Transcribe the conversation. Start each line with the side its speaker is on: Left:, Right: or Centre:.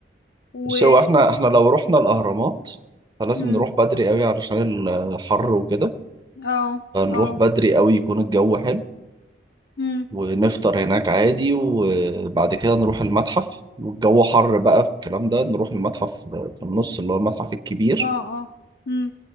Left: و
Right: بس هو احنا احنا لو رحنا الأهرامات فلازم
Left: مم.
Right: نروح بدري قوي علشان الحر وكده
Left: اه
Right: فنروح
Left: اه
Right: بدري قوي يكون الجو حلو
Left: مم.
Right: ونفطر هناك عادي وبعد كده نروح المتحف والجو حر بقى في الكلام ده نروح المتحف في النص اللي هو المتحف الكبير
Left: اه اه مم.